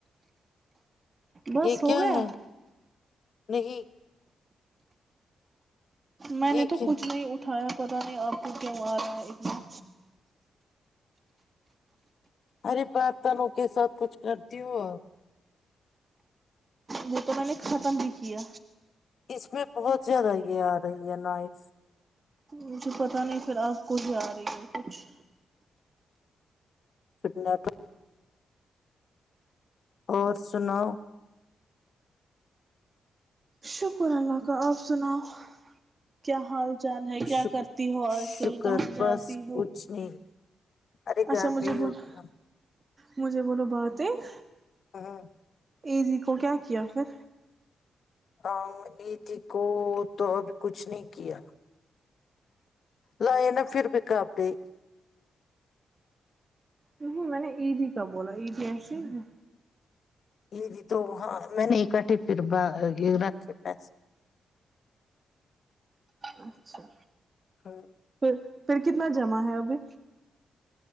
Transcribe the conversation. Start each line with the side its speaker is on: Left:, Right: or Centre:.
Right: بس
Left: یہ
Right: ہو
Left: کیا
Right: گیا
Left: ہے نہیں <inaudible>
Right: میں نے
Left: یہ
Right: تو
Left: کیا
Right: کچھ نہیں اٹھا ہاں پتہ نہیں آپ کو کیوں آ رہا ہے اتنا
Left: ارے برتنوں کے ساتھ کچھ کرتی ہو آپ
Right: وہ تو میں نے نے ختم بھی کیا
Left: اس میں بہت زیادہ یہ آ رہی ہے نوائس
Right: مجھے پتہ نہیں پھر آپ کو ہی آ رہی ہے کچھ
Left: سنا کا اور سناؤ
Right: شکر اللہ کا آپ سناؤ کیا حال چال ہے کیا
Left: ش
Right: کرتی ہو آج
Left: شکر
Right: کل کہاں جاتی
Left: بس
Right: ہو
Left: کچھ نہیں ارے گھر
Right: اچھا مجھے
Left: پہ ہی
Right: بلا
Left: ہوتی ہوں
Right: مجھے بولو بات ایک
Left: ہاں ہاں
Right: ایزی کو کیا کیا پھر
Left: ہاں ایزی کو تو اب کچھ نہیں کیا لائے نا پھر بھی کپڑے
Right: نہیں میں نے عیدی کا بولا عیدی جی ہمم
Left: یہ جی تو ہاں میں نے اکٹھی پھر یہ رکھے پیسے
Right: اچھا
Left: ہاں
Right: پھر پھر کتنا جمع ہے ابھی